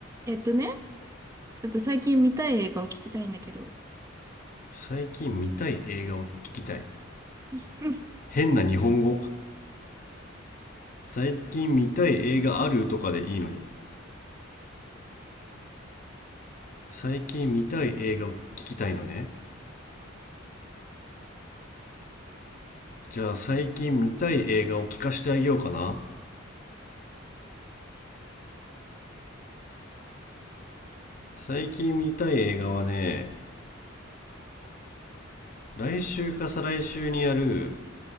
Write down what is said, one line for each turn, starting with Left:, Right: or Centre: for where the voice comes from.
Right: えっとね、ちょっと最近見たい映画を聞きたいんだけど。
Left: 最近見たい映画を聞きたい。
Right: <laughs>
Left: 変な日本語。最近見たい映画あるとかでいいのに。最近見たい映画を聞きたいのね。じゃあ最近見たい映画を聞かしてあげようかな。最近見たい映画はね、来週か再来週にやる